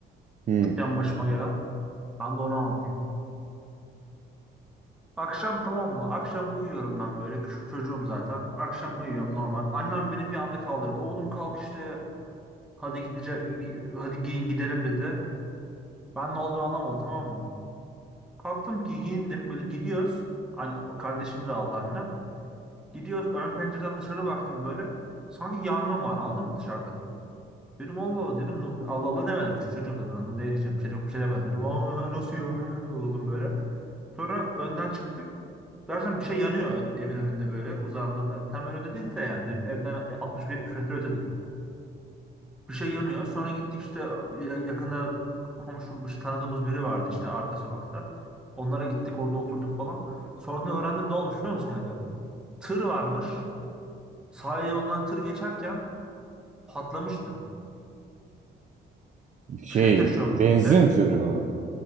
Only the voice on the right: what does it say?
Hmm.
Şey
benzin
tırı mı?